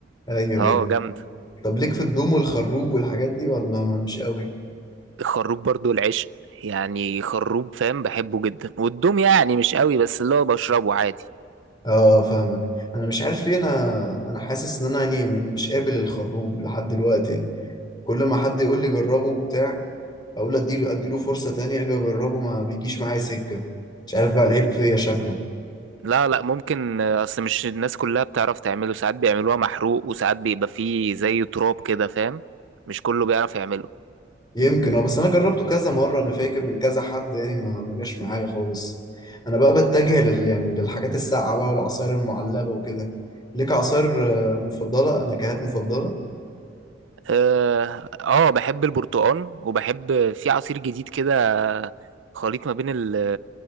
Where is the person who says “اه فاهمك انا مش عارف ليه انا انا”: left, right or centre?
Left